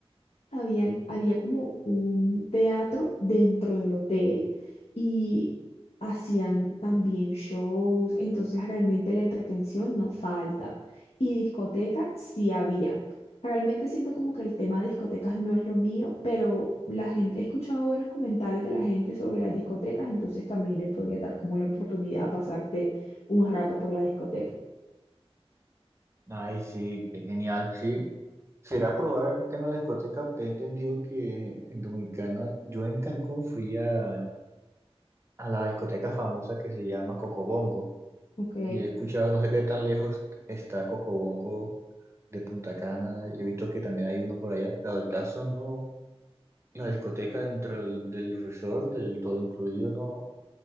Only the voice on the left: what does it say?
habían, había como un teatro dentro del hotel y hacían también shows, entonces realmente la entretención no falta. Y discoteca sí había. Realmente siento como que el tema de discotecas no es lo mío, pero la gente, he escuchado buenos comentarios de la gente sobre las discotecas, entonces también le podría dar como la oportunidad a pasarte un rato por la discoteca.
Ok.